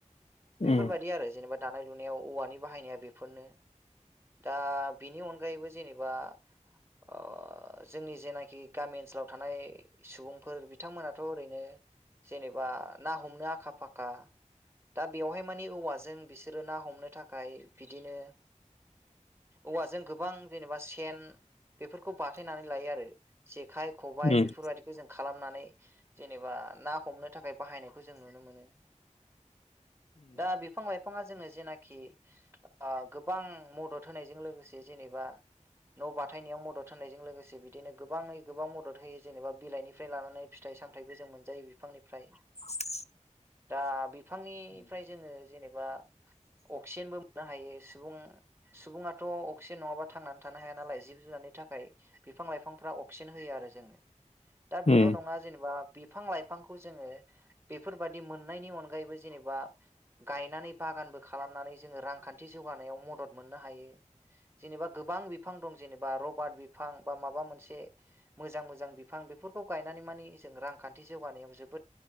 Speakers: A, on the right; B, on the left.
A: बेफोरबादि
B: उम
A: आरो जेनेबा दानाय लुनायाव औवानि बाहायनाया बेफोरनो दा बिनि अनगायैबो जेनेबा <unintelligible> जोंनि जेनाखि गामि ओनसोलाव थानाय सुबुंफोर बिथांमोनाथ' ओरैनो जेनेबा ना हमनो आखा फाखा दा बेवहाय माने औवाजों बिसोरो ना हमनो थाखाय बिदिनो औवाजों गोबां जेनेबा सेन बेफोरखौ बाथायनानै लायो आरो जेखाइ ख'बाइ
B: उम
A: बेफोरबादिखौ जों खालाम नानै जेनेबा ना हमनो थाखाय बाहायनायखौ जों नुनो मोनो। दा बिफां लाइ फाङा जोंनो जेनाखि आ गोबां मदद होनायजों लोगोसे जेनेबा न' बा थायनायाव मदद होनायजों लोगोसे बिदिनो गोबाङै गोबां मदद होयो जेनेबा बिलाइनिफ्राय लानानै फिथाइ सामथायबो जों मोनजायो बिफांनिफ्राय।
B: <unintelligible>
A: दा बिफांनिफ्राय जोङो जेनेबा अक्सिजेनबो <unintelligible> हायो सुबुं सुबुङाथ' अक्सिजेन नङाबा थांनानै थानो हाया नालाय जिब जुनादनि थाखाय बिफां लाइफांफ्रा अक्सेन होयो आरो जोंनो दा
B: उम
A: बेल' नङा जेनेबा बिफां लाइफांखौ जोङो बेफोरबादि मोननायनि अनगायैबो जेनेबा गायनानै बाग गानबो खालामनानै जोङो रांखान्थि जौगानायाव मदद मोननो हायो जेनेबा गोबां बिफां दं। जेनेबा रबार्ट बिफां बा माबा मोनसे मोजां मोजां बिफां बेफोरखौ गायनानै माने जों रां खान्थि जौगानायाव जोबोद